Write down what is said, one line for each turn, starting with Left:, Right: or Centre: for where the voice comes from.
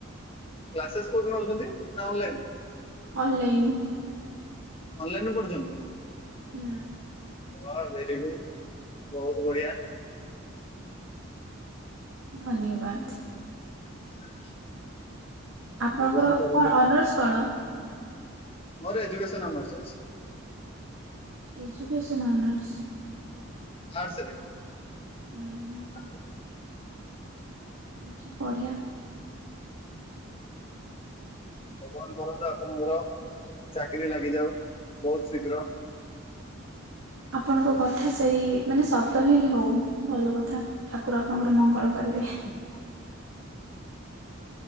Left: କ୍ଲାସେସ୍ କୋଉଠି ନୋଉଛନ୍ତି ନା ଅନଲାଇନ?
Right: ଅନଲାଇନ୍।
Left: ଅନଲାଇନ ରେ ପଢୁଛନ୍ତି?
Right: ହୁଁ।
Left: ବା ଭେରି ଗୁଡ ବହୁତ ବଢିଆ।
Right: ଧନ୍ୟବାଦ।
Left: <inaudible>
Right: ଆପଣଙ୍କର
Left: ଭଗବାନ କରନ୍ତୁ
Right: କଣ
Left: ତମ
Right: ଅନର୍ସ କଣ?
Left: ମୋର ଏଜୁକସନ ଅନର୍ଷ ଅଛି।
Right: Education honours.
Left: ଆର୍ଟ୍ସ ରେ
Right: ହୁଁ।
Left: <inaudible>
Right: ଆଚ୍ଛା ବଢ଼ିଆ।
Left: ଭଗବାନ କରନ୍ତୁ ଆପଣଙ୍କର ଚାକିରି ଲାଗିଯାଉ ବହୁତ ଶୀଘ୍ର।
Right: ଆପଣଙ୍କ କ କଥା ସେଇ ମାନେ ସତ ହେଲେ ହଉ ଭଲ କଥା। ଠାକୁର ଆପଣଙ୍କର ମଙ୍ଗଳ କରିବେ।
Left: <inaudible>